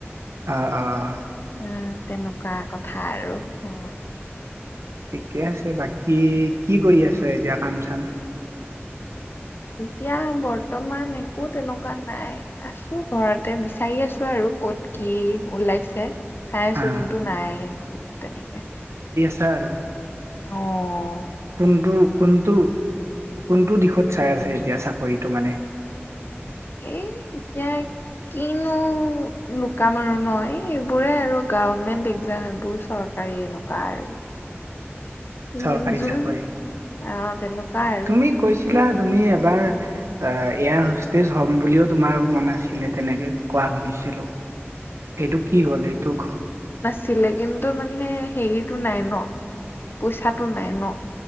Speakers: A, on the right; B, on the left.
A: অঁ অঁ অঁ।
B: উ তেনেকুৱা কথা আৰু অ
A: ঠিকে আছে বাকী কি কৰি আছে এতিয়া কাম চাম
B: এতিয়া বৰ্তমান একো তেনেকুৱা নাই আছো ঘৰতে বিচাৰি আছো আৰু কত কি ওলাইছে চাই আছো
A: আহ
B: কিন্তু নাই তেনেকে
A: আছে আৰু
B: অঁ
A: কোনটো কোনটো কোনটো দিশত চাই আছে এতিয়া চাকৰিটো মানে
B: এ এতিয়া কিনো লুকাম আৰু ন এইবোৰে আৰু গভমেণ্ট এক্জাম এইবোৰ চৰকাৰী এনেকুৱা আৰু
A: চৰকাৰী
B: যো- যো-
A: চাকৰি
B: আহ তেনেকুৱা আৰু
A: তুমি কৈছিলা
B: এ
A: তুমি এবাৰ অঁ ইয়াৰ হুষ্টজ হম বুলিও তোমাৰ মন আছিলে তেনেকে কোৱা শুনিছিলোঁ এইটো কি হ'ল এইটো
B: ছিলে কিন্তু মানে হেৰিতটো নাই ন পইচাত টো নাই ন